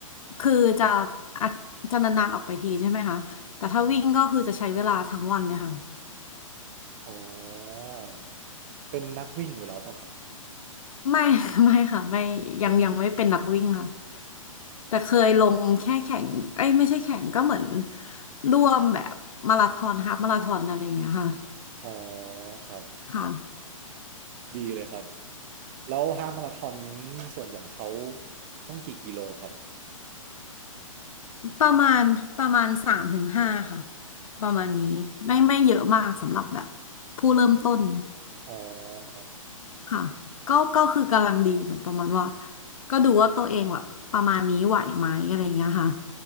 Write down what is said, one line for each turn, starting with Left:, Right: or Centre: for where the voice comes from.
Left: คือจะอาะจะนานๆออกไปทีใช่ไหมคะแต่ถ้าวิ่งก็คือจะใช้เวลาทั้งวันเลยค่ะ
Right: อ๋อเป็นนักวิ่งอยู่แล้วป่ะครับ
Left: ไม่ <laughs> ไม่ค่ะไม่ยังยังไม่เป็นนักวิ่งค่ะ
Right: เป็น
Left: แต่เคยลงแค่แข่งเอ้ยไม่ใช่แข่งก็เหมือนร่วมแบบมาราธอนฮาล์ฟมาราธอนอะไรอย่างเงี้ยค่ะ
Right: อ๋อครับ
Left: ค่ะ
Right: ดีเลยครับแล้วฮาล์ฟมาราธอนนี้ส่วนใหญ่เขาต้องกี่กิโลครับ
Left: ประมาณประมาณสามถึงห้าค่ะประมาณนี้ไม่ไม่เยอะมากสำหรับแบบผู้เริ่มต้น
Right: อ๋อครับ
Left: ค่ะก็ก็คือกำลังดีเหมือนประมาณว่าก็ดูว่าตัวเองแบบประมาณนี้ไหวไหมอะไรอย่างเงี้ยค่ะ